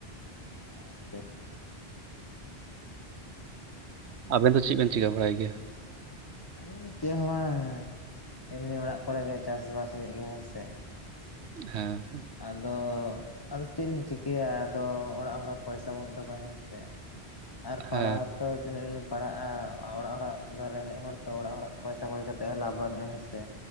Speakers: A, on the left; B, on the right.
A: ᱟᱪᱪᱷᱟ ᱟᱪᱪᱷᱟ
B: ᱟᱵᱮᱱ ᱫᱚ ᱪᱮᱫ ᱵᱮᱱ ᱪᱤᱠᱟᱹ ᱵᱟᱲᱟᱭ ᱜᱮᱭᱟ?
A: ᱟᱹᱞᱤᱧ ᱫᱚ ᱪᱮᱫ ᱦᱚᱸ ᱵᱟᱝ ᱮᱢᱱᱤ ᱚᱲᱟᱜ ᱠᱚᱨᱮ ᱜᱮ ᱪᱟᱥᱵᱟᱥ ᱦᱩᱭᱩᱜ ᱜᱮᱭᱟ ᱦᱮᱸᱥᱮ
B: ᱦᱮᱸ ᱦᱮᱸ
A: ᱟᱫᱚᱻ ᱟᱫᱚ ᱪᱮᱫ ᱞᱤᱧ ᱪᱤᱠᱟᱹᱭᱟ ᱟᱫᱚ ᱚᱲᱟᱜ ᱦᱚᱲ ᱦᱚᱸ ᱯᱚᱭᱥᱟ ᱵᱟᱹᱱᱩᱜ ᱛᱟᱠᱚᱣᱟ ᱦᱮᱸ ᱥᱮ ᱟᱨ ᱯᱟᱲᱦᱟᱣ
B: ᱦᱮᱸ
A: ᱦᱚᱸᱛᱚ ᱛᱤᱱᱟᱹᱜ ᱵᱮᱱ ᱯᱟᱲᱦᱟᱜᱼᱟ ᱟᱨ ᱚᱲᱟᱜ ᱦᱚᱲᱟᱜ ᱟᱫᱚ ᱨᱮᱸᱜᱮᱡ ᱦᱚᱲ ᱛᱚ ᱚᱲᱟᱜ ᱦᱚᱲᱟᱜ ᱯᱚᱭᱥᱟ ᱠᱚᱭ ᱠᱟᱛᱮᱫ ᱦᱚᱸ ᱞᱟᱵᱷ ᱵᱟᱹᱱᱩᱜᱼᱟ ᱦᱮᱸ ᱥᱮ